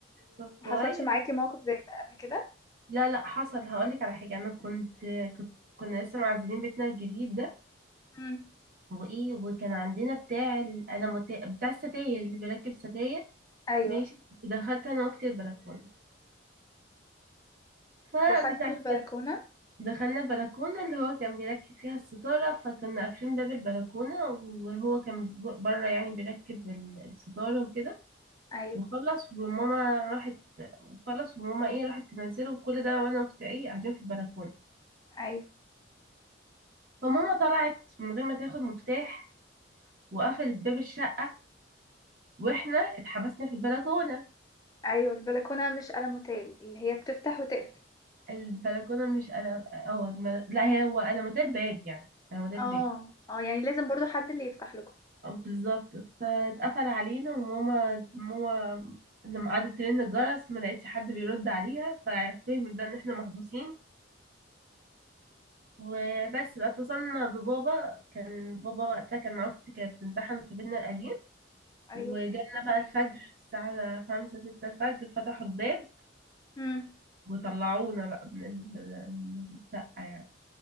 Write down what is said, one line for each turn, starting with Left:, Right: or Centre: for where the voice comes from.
Right: طب
Left: محصلش
Right: كويس
Left: معاكي موقف زي ده قبل كده
Right: لا لا حصل هقولك على حاجة أنا كنت كنت كنا لسه معزلين بيتنا الجديد ده
Left: مم.
Right: وإيه وكان عندنا بتاع الألموتي بتاع الستاير اللي بيركب ستاير
Left: أيوة
Right: ماشي دخلت أنا وأختي البلكونة فبتاع
Left: دخلت
Right: الست-
Left: البلكونة
Right: دخلنا البلكونة اللي هو كان بيركب فيها الستارة فكنا قافلين باب البلكونة وهو كان بره يعني بيركب ال- الستارة وكده
Left: أيوة
Right: وخلص وماما راحت وخلص وماما ايه راحت تنزله وكل ده وانا واختي ايه قاعدين في البلكونه
Left: ايوه
Right: فماما طلعت من غير ما تاخد مفتاح وقفلت باب الشقه واحنا اتحبسنا في البلكونه
Left: ايوه البلكونه مش قلم هوتيل اللي هي بتفتح وتقفل
Right: البلكونه مش قلم اه الم- لا هي هو قلمات الباب يعني قلمات الباب
Left: اه اه يعني لازم برضو حد اللي يفتح لكم
Right: اه بالظبط فاتقفل علينا وماما ماما لما قعدت ترن الجرس ما لقيتش حد بيرد عليها ففهمت بقى ان احنا محبوسين وبس بقى اتصلنا ببابا كان بابا وقتها كان مع اختي كانت بتمتحن في بيتنا القديم
Left: ايوه
Right: وجالنا بقى الفجر الساعة خمسة ستة الفجر فتحوا الباب
Left: امم
Right: وطلعونا بقى من ال- من الشقة يعني